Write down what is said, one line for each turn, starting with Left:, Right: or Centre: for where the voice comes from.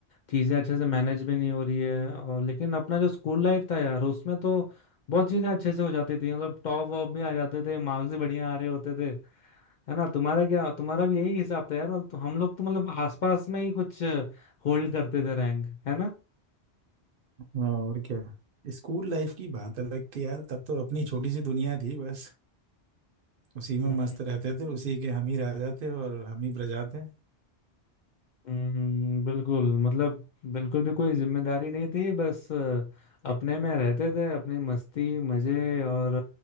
Left: चीजें अच्छे से मैनेज भी नहीं हो रही है और लेकिन अपना जो स्कूल लाइफ था यार उसमें तो बहुत चीजें अच्छे से हो जाती थी मतलब टॉप वॉप भी आ जाते थे मार्क्स भी बढ़िया आ रहे होते थे है ना तुम्हारा क्या तुम्हारा भी यही हिसाब था यार मतलब तो हम लोग तो मतलब आसपास में ही कुछ होल्ड करते थे रैंक है
Right: हाँ और क्या स्कूल लाइफ की बात अलग थी यार तब तो अपनी छोटी सी दुनिया थी बस उसी में
Left: ना
Right: मस्त रहते थे उसी के हम ही राजा थे और हम ही प्रजा थे
Left: हम्म बिल्कुल मतलब बिल्कुल भी कोई जिम्मेदारी नहीं थी बस अ, अपने में रहते थे अपनी मस्ती मजे और